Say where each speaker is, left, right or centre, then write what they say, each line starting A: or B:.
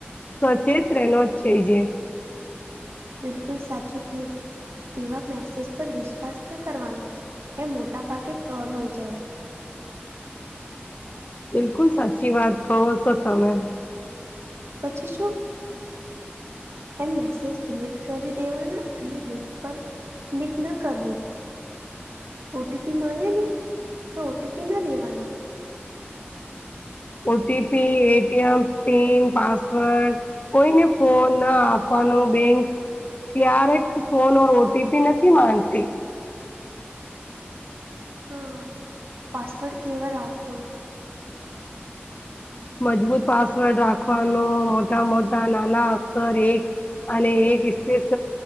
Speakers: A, on the left; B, on the right.
A: સચેત રહે ન જ છે, જે
B: બિલકુલ સાચું ક્ય્યું. એવા મેસેજ પર વિશ્વાસ ન કરવાનો એ મોટાભાગે ફ્રોડ હોય જાય.
A: બિલકુલ સાચી વાત કહો છો તમે.
B: પછી શું. એમ મેસેજ ડિલેક્ટ કરી દેવાના અને લિંક પર ક્લિક ન કરવું. ઓટી પી માગે ને તો ઓટી પી ના દેવાના
A: ઓટીપી એટીએમ પન પાસવર્ડ કોઈને ફોન ના આપવાનો બેંક ક્યારેક ફોન ર ઓટીપી નથી માંગતી.
B: હા. પાસવર્ડ કેવા રાખતો.
A: મજબૂત પાસવર્ડ રાખવાનો મોટા મોટા ના અક્ષર એક અને એક સ્પેસ